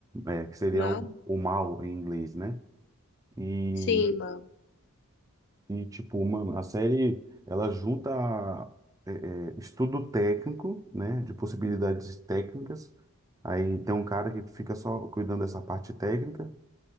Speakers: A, on the right (about 15°); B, on the left (about 55°).
A: É, que seria
B: Mal?
A: o, o mal em inglês, né? E,
B: Sim, mal.
A: e, tipo, mano, a série ela junta é, é, estudo técnico, né, de possibilidades técnicas. Aí tem um cara que fica só cuidando dessa parte técnica.